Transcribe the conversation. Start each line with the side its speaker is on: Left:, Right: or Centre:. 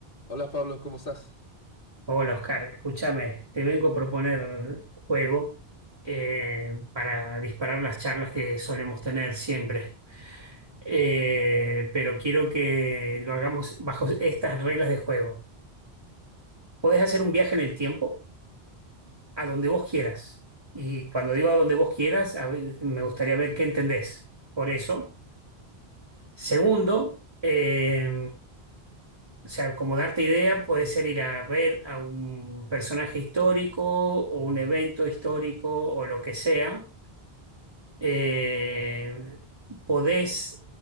Left: Hola Pablo, ¿cómo estás?
Right: Hola Oscar, escúchame, te vengo a proponer un juego eh, para disparar las charlas que solemos tener siempre, Eh, pero quiero que lo hagamos bajo estas reglas de juego. Podés hacer un viaje en el tiempo a donde vos quieras y cuando digo a donde vos quieras, a ver, me gustaría ver qué entendés por eso Segundo, eh, o sea, como darte idea, puede ser ir a ver a un personaje histórico o un evento histórico o lo que sea. Eh, podés